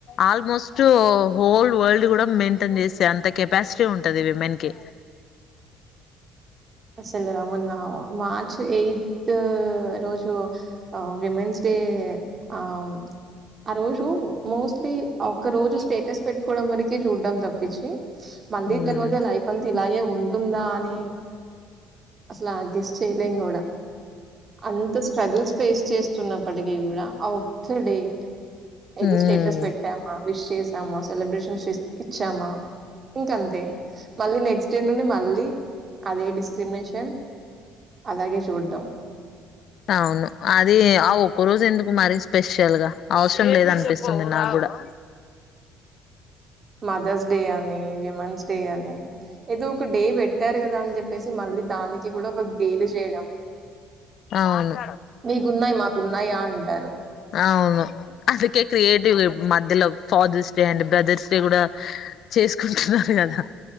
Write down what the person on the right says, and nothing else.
అసలు అవునా మార్చ్ ఎయితు రోజు విమెన్స్ డే ఏ అవును ఆ రోజు మోస్ట్లీ ఆ ఒక్క రోజు స్టేటస్ పెట్టుకోవడం వరకి చూడ్డాం తప్పించి మళ్ళీ
తరువాత లైఫ్ అంత ఇలాగే ఉంటుందా అని అసలు ఆ గెస్ చేయలేం కూడా అంత స్ట్రగుల్స్ ఫేస్ చేస్తున్నప్పటికీ కూడా ఒకడే ఏదో
స్టేటస్ పెట్టామా విష్ చేసామా సెలబ్రేషన్స్ ఇచ్చామా ఇంక అంతే మళ్ళీ నెక్స్ట్ డే నుండి మళ్ళీ అదే డిస్క్రిమినేషన్ అలాగే చూడం
<inaudible> మదర్స్ డే అని విమెన్స్ డే అని ఏదో ఒక డే పెట్టారు కదా అని చెప్పేసి మళ్ళీ దానికి కూడా ఒక గేలీ చేయడము
మీకున్నాయి మాకున్నాయా అంటారు